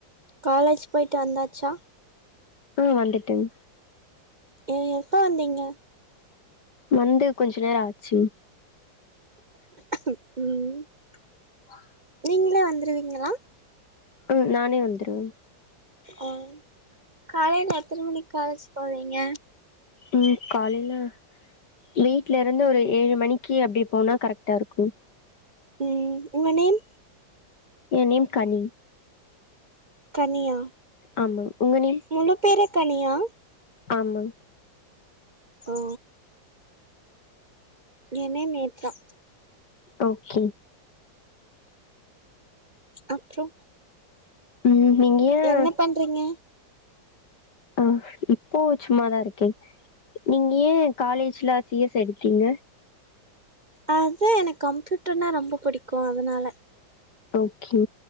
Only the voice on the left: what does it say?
ம் வந்துட்டேங்
வந்து கொஞ்சோ நேர ஆச்சுங்
<unintelligible>
ம் நானே வந்துருவேங்
ம் காலையில வீட்ல இருந்து ஒரு ஏழு மணிக்கி அப்டி போனா கரெக்டா இருக்கு
என் நேம் கனி
ஆமாங் உங்க நேம்
ஆமாங்
ஓகே
ம் நீங்க ஏன்
ஆ இப்போ சும்மாதா இருக்கே நீங்க ஏ காலேஜ்ல சி எஸ் எடுத்தீங்க
ஓகே